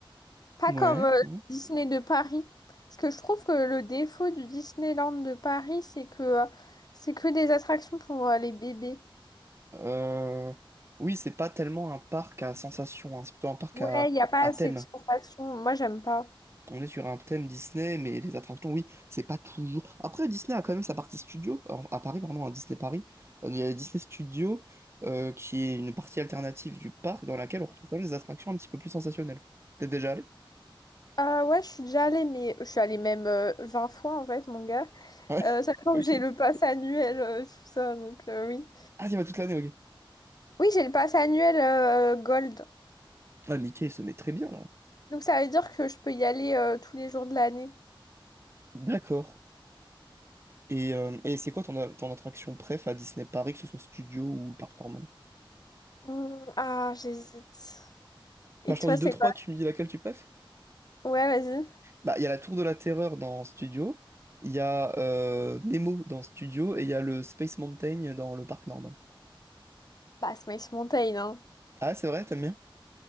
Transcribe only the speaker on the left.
Pas
comme euh,
Disney de Paris. Parce que je trouve que le défaut du Disneyland de Paris, c'est que euh, c'est que des attractions pour euh, les bébés.
Ouais,
il n'y a pas
assez
de sensations. Moi, j'aime pas.
Euh, ouais, je suis déjà allée, mais je suis allée même euh, 20 fois en fait, mon gars.
Euh, <laughs> sachant
que j'ai
le pass annuel, euh, tout ça, donc euh, oui.
Oui, j'ai le pass annuel euh, Gold.
Donc ça veut dire que je peux y aller euh, tous les jours de l'année.
Hmm, ah, j'hésite. Et
toi,
c'est
quoi?
Ouais, vas-y.
Bah, Smash Mountain, hein.